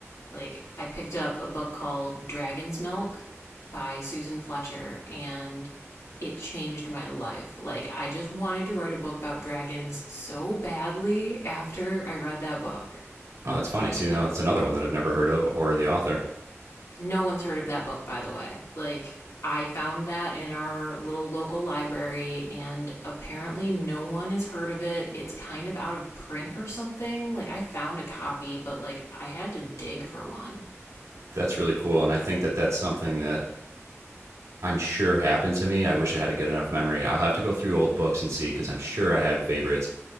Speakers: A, on the left (about 90°); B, on the right (about 80°).
A: Like, I picked up a book called Dragon's Milk by Susan Fletcher, and it changed my life. Like, I just wanted to write a book about dragons so badly after I read that book.
B: Oh, that's
A: I
B: funny.
A: can't
B: See,
A: even.
B: now that's another one that I've never heard of or the author.
A: No one's heard of that book, by the way. Like, I found that in our little local library, and apparently no one has heard of it. It's kind of out of print or something. Like, I found a copy, but like, I had to dig for one.
B: That's really cool, and I think that that's something that I'm sure happened to me. I wish I had a good enough memory. I'll have to go through old books and see because I'm sure I had favorites.